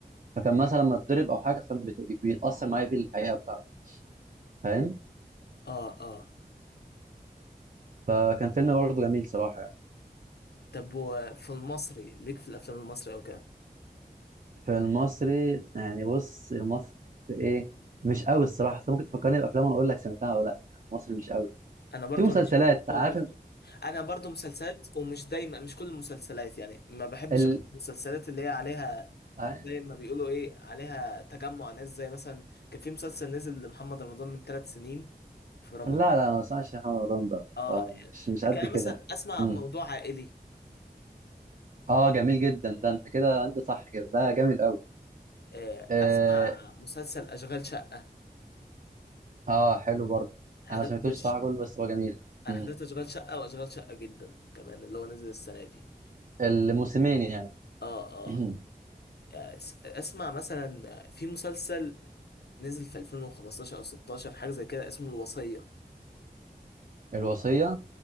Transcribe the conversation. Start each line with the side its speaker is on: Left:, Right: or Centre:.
Right: فكان مثلا لما اتضرب او حاجه فبيتاثر معاه في الحقيقه بتاعته فاهم
Left: اه اه
Right: فكان فيلم برضه جميل صراحه يعني
Left: طب وفي المصري ليك في الافلام المصري او كده
Right: في المصري يعني بص المصري ايه مش قوي الصراحه انت ممكن تفكرني بافلام وانا اقول لك سمعتها ولا لا يعني المصري مش قوي
Left: انا برضو
Right: في مسلسلات
Left: ماليش في الافلام
Right: عارف
Left: المصري انا برضو مسلسلات ومش دايما مش كل المسلسلات يعني ما بحبش
Right: ال...
Left: أحضر المسلسلات اللي هي عليها
Right: ال...
Left: زي ما بيقولوا ايه عليها تجمع ناس زي مثلا كان في مسلسل نزل لمحمد رمضان من ثلاث سنين في رمضان
Right: لا لا ما اسمعش محمد رمضان ده
Left: اه
Right: اه يعني مش مش قد
Left: كان
Right: كده
Left: مثلا
Right: يعني.
Left: اسمع
Right: مم.
Left: موضوع عائلي
Right: اه جميل جدا ده انت كده انت صح كده ده جميل قوي
Left: آه،
Right: اه,
Left: اسمع مسلسل اشغال شقه
Right: آه حلو برضه انا
Left: حضرت
Right: ما سمعتوش صراحه
Left: ش-
Right: كله بس هو جميل
Left: أنا
Right: مم.
Left: حضرت اشغال شقه واشغال شقه جدا كمان اللي هو نزل السنه دي
Right: الموسمين يعني
Left: اه
Right: <clears throat>
Left: اه يعني س- اسمع مثلا في مسلسل نزل في 2015 او 16 حاجه زي كده اسمه الوصيه
Right: الوصيه